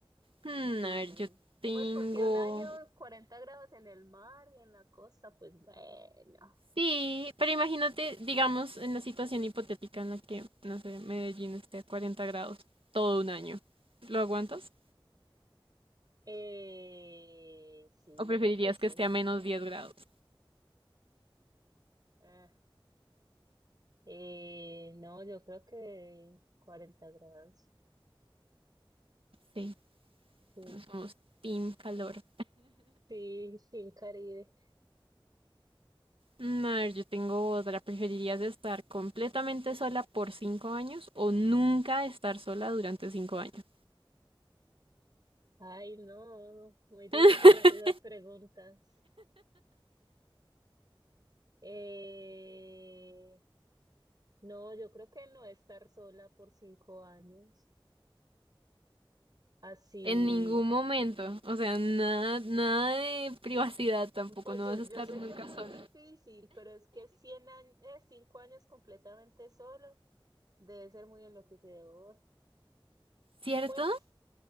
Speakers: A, on the right; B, on the right.
A: Hmm,
B: Sí,
A: a ver, yo tengo...
B: pues porque un año 40 grados en el mar y en la costa, pues bueno.
A: Sí, pero imagínate, digamos, en la situación hipotética en la que, no sé, Medellín esté a 40 grados todo un año. ¿Lo aguantas?
B: Eh, sí,
A: ¿O
B: yo
A: preferirías
B: creo que sí.
A: que esté a menos 10 grados?
B: Ah, eh, no, yo creo que 40 grados.
A: Sí,
B: Sí,
A: no somos team calor.
B: sí, sin Caribe.
A: Mm, A ver, yo tengo otra. ¿Preferirías estar completamente sola por cinco años o nunca estar sola durante cinco años?
B: Ay, no, muy difíciles
A: <laughs>
B: esas preguntas. Eh, no, yo creo que no estar sola por cinco años. Así
A: En ningún momento. O sea, nada, nada de privacidad tampoco.
B: Pues
A: No
B: yo,
A: vas a
B: yo
A: estar
B: sé
A: nunca
B: que es muy
A: sola.
B: difícil, pero es que 100 años, eh, 5 años completamente solo debe ser muy enloquecedor.
A: ¿Cierto?
B: Pues
A: <laughs>